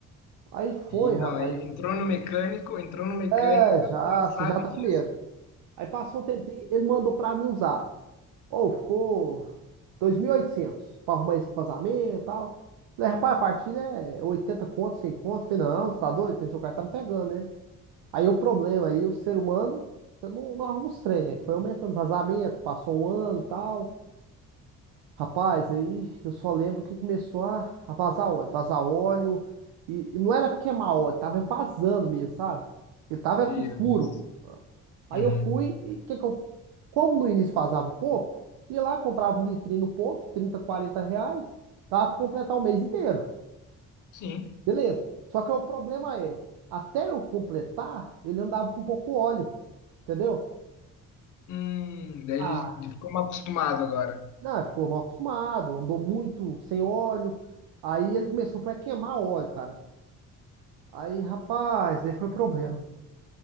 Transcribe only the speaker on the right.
Aí foi,
rapaz.
É, já,
você
já tá
com medo.
Aí passou um tempinho, ele mandou pra mim um zap. Ou ficou 2.800 pra arrumar esse vazamento e tal. Falei, rapaz, a partilha é 80 conto, 100 conto. Falei, não, você tá doido? Pensei, o cara tá me pegando, né? Aí o problema, aí o ser humano, eu não, não arruma os trem, né? Foi aumentando vazamento, passou um ano e tal. Rapaz, aí eu só lembro que começou a, a vazar óleo, vazar óleo. E, e não era queimar óleo, tava vazando mesmo, sabe? Ele tava
era com furo.
Aí
eu fui, e que que eu, como no início fazava pouco, ia lá, comprava um litrinho no posto, 30, 40 reais, dava para completar o mês inteiro.
Beleza. Só que o problema é, até eu completar, ele andava com pouco óleo, entendeu?
Ah,
Não, ele ficou mal acostumado, andou muito sem óleo. Aí ele começou, foi a queimar óleo, cara. Aí, rapaz, aí foi problema.